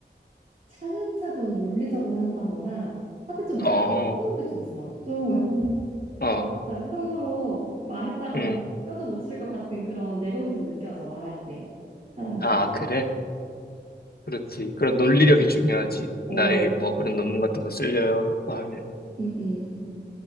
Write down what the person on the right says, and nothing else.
차근차근 논리적으로 한다거나 하여튼 좀
약간 무서운 게 좀 있어. 좀 <laughs>
어쩌다 이렇게 함부로 말했다가는
뼈도 못 치를 것 같은 그런 내공이 좀 느껴져 말할 때 사람들이.
어,
음, 음.